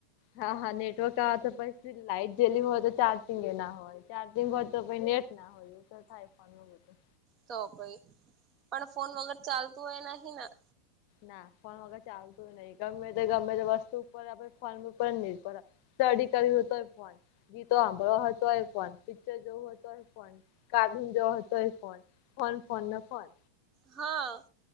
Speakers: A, on the left (about 45°); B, on the right (about 30°).
A: હા હા નેટવર્ક આ તો પછ લાઈટ જેયેલી હોય તો ચાર્જિંગ એ ના હોય. ચાર્જિંગ હો તો નેટ ના હોય થાય ફોન ન બધું.
B: તો ભાઈ પણ ફોન વગર ચાલતું એ નહ ના
A: ના ફોન વગર ચાલતું નહી ગમે તો ગમે તે વસ્તુ ઉપર ફોન ઉપર નહી પ સ્ટડી કર્યું હતોય ફોન ગીતો સાંભળવા હતો એ ફોન પિક્ચર જવું હતો. ફ કાઢ જો હતોય ફોન ફોન ફોન ના ફોન
B: હા